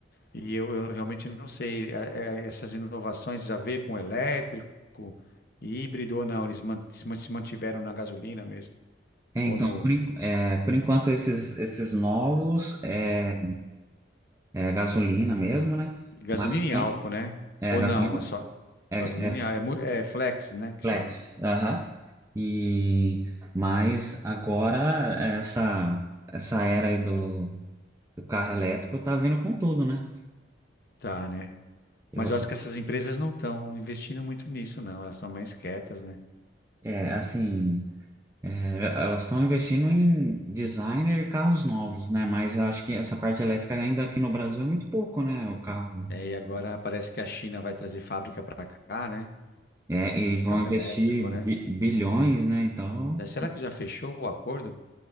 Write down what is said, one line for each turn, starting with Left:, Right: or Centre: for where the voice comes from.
Left: e eu, eu realmente não sei, é, é, essas inovações já veio com elétrico, híbrido ou não, eles man- se man- se mantiveram na gasolina mesmo,
Right: É,
Left: ou
Right: então,
Left: no...
Right: por, en- é, por enquanto, esses, esses novos é, é gasolina mesmo, né?
Left: Gasolina
Right: Mas
Left: e
Right: tem
Left: álcool, né?
Right: é,
Left: Ou
Right: gasolina,
Left: não, é só
Right: é,
Left: gasolina
Right: é
Left: e álcool. É, mu- é flex, né, que
Right: flex,
Left: chama.
Right: aham. E, mas agora, essa, essa era aí do, do carro elétrico tá vindo com tudo, né?
Left: Tá, né?
Right: Eu,
Left: Mas eu acho que essas empresas não estão investindo muito nisso, não. Elas são mais quietas, né?
Right: é, assim. É, elas estão investindo em designer e carros novos, né? Mas eu acho que essa parte elétrica ainda aqui no Brasil é muito pouco, né? O carro.
Left: É, e agora parece que a China vai trazer fábrica para cá, né?
Right: É, e
Left: De
Right: vão
Left: carro
Right: investir
Left: elétrico,
Right: bi-
Left: né?
Right: bilhões, né? Então,
Left: É, será que já fechou o acordo?